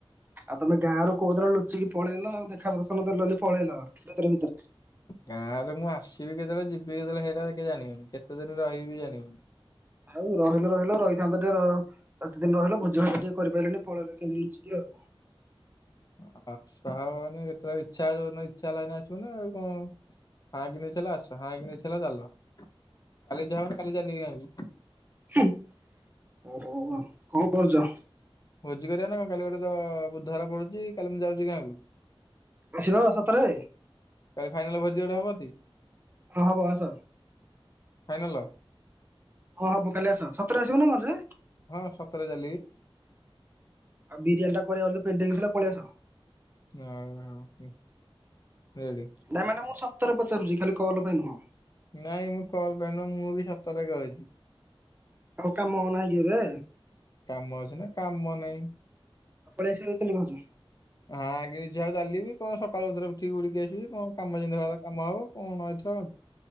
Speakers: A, on the right; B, on the left.
A: ଆଉ ତମେ ଗାଁ ର କୋଉଦିନ ଲୁଚିକି ପଳେଇଲ ଆଉ ଦେଖା ପ୍ରଦର୍ଶନ ଦେଲନି ପଳେଇଲ ଭିତରେ ଭିତରେ।
B: ଗାଁ ରେ ମୁଁ ଆସିବି କେତୋବୋଳେ ଯିବି କେତୋବୋଳେ ହେରା କେହି ଜାଣିବେନି କେତେ ଦିନ ରହିବି ବି ଜାଣିବେନି।
A: ଆଉ ରହିଲ ରହିଲ ରହିଥାନ୍ତ ଟିକେ ର ଏତେ ଦିନି ରହିଲ ଭୋଜି ଭାତ ଟିକେ କରିପାଇଲେନି ପଳେଇଲ କେନ୍ତି ଲୁଚିକି ଆଉ।
B: <unintelligible> ଆସାହବନି ଯେତୋବୋଳେ ଇଚ୍ଛା ଯୋଉ ଦିନ ଇଚ୍ଛା ହେଲା ହେଇ ଦିନ ଆସିବୁ ନା ଆଉ କଁ ଫାଇଁକିନି ଇଚ୍ଛା ହେଲା ଆସା ହାଇଁକିନି ଇଚ୍ଛା ହେଲା ଚାଲ କାଲି ଇଚ୍ଛା ହବ ମାନେ କାଲି ଚାଲିବି <unintelligible>
A: <unintelligible> ଓ ହୋଉ ଆଉ କଁ କୋହୁଚ।
B: ଭୋଜି କରିବା ନା କଁ କାଲି ଗୋଟେ ତ ବୁଧବାର ପଡୁଚି କାଲି ମୁଁ ଯାଉଚି ଗାଁକୁ।
A: <unintelligible> ସତରେ।
B: କାଲି ଫାଇନାଲ୍ ଭୋଜିି ଗୋଟେ ହେବତି।
A: ହଁ ହବ ଆସ।
B: ଫାଇନାଲ୍।
A: <unintelligible> ହବ କାଲି ଆସ ସତରେ ଆସିବ ନା କଁଯେ।
B: ହଁ ସତରେ <unintelligible>
A: ଆଉ ବିରିୟାନ ଟା କରିବା ବୋଲି ପେଣ୍ଡିଙ୍ଗି ଥିଲା ପଳେଇଆସ।
B: <unintelligible> ହୁଁ ରେଡି।
A: ନାଇଁ ମାନେ ମୁଁ ସତରେ ପଚାରୁଚି ଖାଲି କଲ ପାଇଁ ନୁହଁ।
B: ନାଇଁ ମୁଁ କଲ ପାଇଁ ନୁହଁ ମୁଁ ବି ସତରେ କହୁଚି।
A: ଆଉ କାମ ନାହିଁ କି ଏବେ।
B: କାମ ଅଛି ନା କାମ ନାଇଁ।
A: ଆଉ ପଳେଇ ଆସିବାକୁ କେନ୍ତୁ କୋହୁଚୁ।
B: ହାଇଁକି ଇଚ୍ଛା ହବ ଚାଲିବି କଁ ସକାଳୁ <unintelligible> ଉଠିକି ଉଡ଼ିକି ଆସିବି କଁ କାମ ଯେମିତି ହବା କଥା କାମ ହବ <unintelligible>